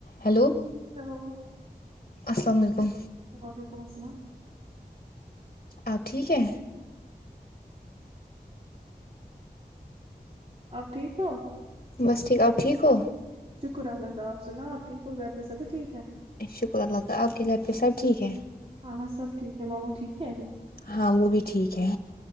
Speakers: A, on the left (about 50°); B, on the right (about 35°).
A: hello
B: hello
A: السلام علیکم
B: گب کو بس ل <unintelligible>
A: اپ ٹھیک ہے
B: ہ <inaudible> آپ ٹھیک ہو
A: بس ٹھیک آپ ٹھیک ہو
B: شکر اللہ کا آپ سنا آپ ٹھیک ہو گھر پہ سبھی ٹھیک ہے
A: شکر اللہ ت آپ کے گھر پہ سب ٹھیک ہے
B: ہاں ہاں سب ٹھیک ہے ماما ٹھیک ہے
A: ہاں وہ بھی ٹھیک ہے